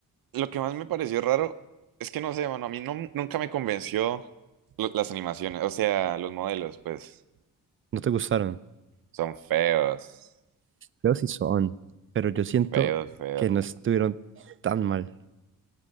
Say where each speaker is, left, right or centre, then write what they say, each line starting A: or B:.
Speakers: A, on the right; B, on the right.
A: lo que más me pareció raro es que no sé, mano, a mí no- nunca me convenció lo- las animaciones, o sea, los modelos, pues
B: ¿No te gustaron?
A: son feos,
B: creo si son, pero yo siento
A: feos, feos.
B: que no estuvieron tan mal.